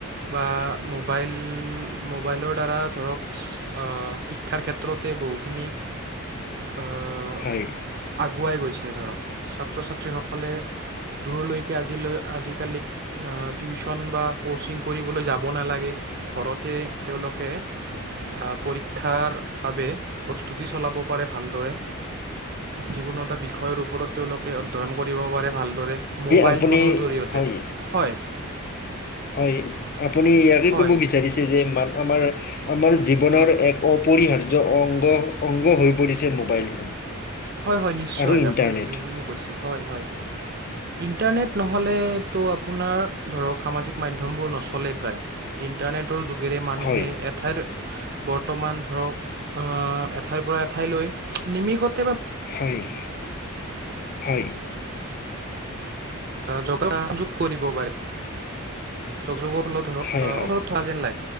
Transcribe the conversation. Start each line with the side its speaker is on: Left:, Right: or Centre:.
Right: বা মোবাইল মোবাইলৰ দ্বাৰা ধৰক শিক্ষাৰ ক্ষেত্ৰতে বহুখিনি আহ,
Left: হয়।
Right: আগুৱাই গৈছে ধৰক ছাত্ৰ-ছাত্ৰীসকলে দূৰলৈকে আজিলৈ আজিকালি টিউচন বা ক'চিং কৰিবলৈ যাব নালাগে ঘৰতে তেওঁলোকে পৰীক্ষা পৰীক্ষাৰ বাবে প্ৰস্তুতি চলাব পাৰে। ভালদৰে যিকোনো এটা বিষয়ৰ ওপৰত তেওঁলোকে অধ্যয়ন কৰিব পাৰে ভালদৰে মোবাইল
Left: আপুনি
Right: ফোনৰ জৰিয়তে
Left: হয়,
Right: হয়।
Left: হয় আপুনি ইয়াকে
Right: হয়
Left: ক'ব বিচাৰিছে যে মাধমাৰ আমাৰ আমাৰ জীৱনৰ
Right: হয়
Left: এক অপৰিহাৰ্য অ অংগ অংগ হৈ পৰিছে মোবাইল ফোন।
Right: হয় হয় নিশ্চয়
Left: আৰু ইণ্টাৰনেট
Right: আপুনি যিখিনি কৈছে হয় হয়। ইণ্টাৰনেট নহ'লেতো আপোনাৰ ধৰক সামাজিক মাধ্যমবোৰ নচলেই প্ৰায়। ইণ্টাৰনেটৰ যোগেৰে মানুহে
Left: হয়,
Right: এড এঠাইৰ বৰ্তমান ধৰক এঠাইৰ পৰা এঠাইলৈ নিমিষত
Left: হয়, হয়।
Right: যোগা যোগ কৰিব পাৰে, যোগ যোগৰ হলেও ধৰক
Left: হয়,
Right: কেনেকুৱা
Left: হয়,
Right: যেন